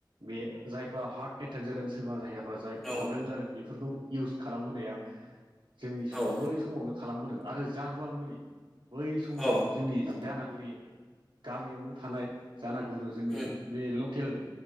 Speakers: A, on the right; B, in the centre.
A: बे जायफ्रा हार्ट एटेक जादों सोरबा जायहा जाय
B: औ
A: प्रब्लेम जादों बेफोरखौ इउस खालामबोनाया जोंनि समाव
B: औ
A: बै समावनो खालामबोदों आरो जारुवा मुलि बै समाव
B: औ
A: जोंनि जानागुरि गामियावनो थानाय जानागुरु जोंनि
B: उम
A: बे लकेल